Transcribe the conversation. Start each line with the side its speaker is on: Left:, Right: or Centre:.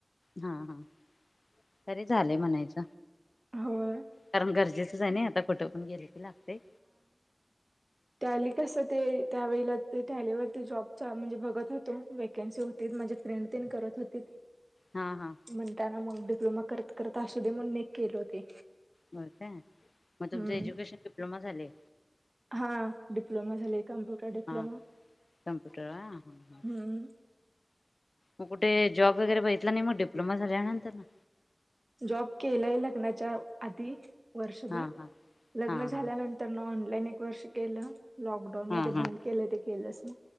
Left: हा हा तरी झालेय म्हणायच
Right: होय
Left: कारण गरजेचंच आहे ना आता फोटो पण गेले की लागते
Right: त्याली कस ते त्यावेळेला ते टॅलीवरती जॉबचा म्हणजे बघत होतो वेकन्सी होती माझे फ्रेंड तने करत होती
Left: हा हा
Right: म्हणताना मग डिप्लोमा करत करत असु दे म्हण म केले होते
Left: बर काय मग तुमचं
Right: हम्म
Left: एज्युकेशन डिप्लोमा झाले
Right: हा डिप्लोमा झाले कम्प्युटर डिप्लोमा
Left: हा कम्प्युटर हा हा हा
Right: हम्
Left: मग कुठे जॉब वगैरे बघितला नाही मग डिप्लोमा झाल्यानंतर ना-
Right: जॉब केलाय लग्नाच्या आधी- वर्षभर
Left: हा हा
Right: लग्न
Left: हा
Right: झाल्यानंतर
Left: हा
Right: ना ऑनलाईन एक वर्ष केलं- लॉकडाऊन मध्ये
Left: हा हा
Right: बंद केलं ते केलंच ना